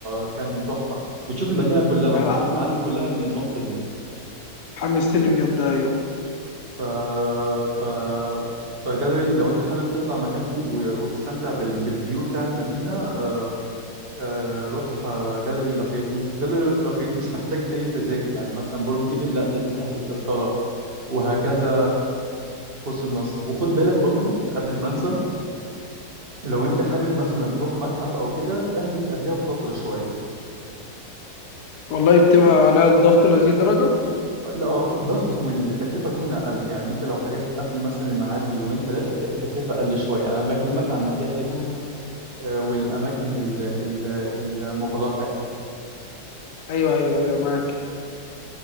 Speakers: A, on the right (about 35°); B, on the left (about 60°).
A: كان تحفه بتشوف المدينه كلها
B: لا
A: وبتشوف المعالم كلها من النقطه دي
B: حمستني بجد ايوه
A: ف ف فجاليري لو انت حابب تطلع مكان فوق و... وتستمتع بال... بالفيو بتاع المدينه آه... آه... روح آه... جاليري لافيت وم- جاليري لافيت مش محتاج اي تذاكر يعني مثلا برج ايفل لا لازم تحجز تذكره وهكذا قوس النصر وخد بالك برضو قبل ما انسى لو انت حابب مثلا تروح متحف او كده احجز قبلها بفتره شويه
B: والله بتبقى عليها الضغط لهذه الدرجة
A: لا آه، الضغط والتكلفه تكون اقل يعني انت لو حجزت قبل مثلا الميعاد بيومين ثلاثه هتلاقي التكلفه اقل شويه يعني انا بكلمك على المتاحف
B: مم.
A: آه، والاماكن ال- ال- المغلقه يعني
B: ايوه ايوه ايوه معاك